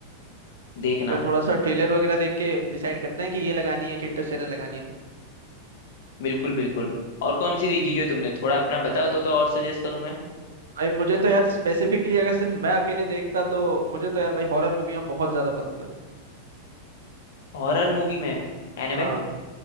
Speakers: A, on the left; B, on the right.
A: देखना
B: एक बार थोड़ा सा ट्रेलर वगैरह देख के डिसाइड करते हैं कि ये लगानी है कि इंटरस्टेलर लगानी है
A: बिल्कुल बिल्कुल और कौन सी देखी है तुमने थोड़ा अपना बताओ तो तो और सजेस्ट करूं मैं
B: भाई मुझे तो यार स्पेसिफिकली अगर सिर्फ मैं अकेले देखता तो मुझे तो यार भाई हॉरर मूवियाँ बहुत ज़्यादा पसंद है
A: हॉरर मूवी में एनाबेल
B: हाँ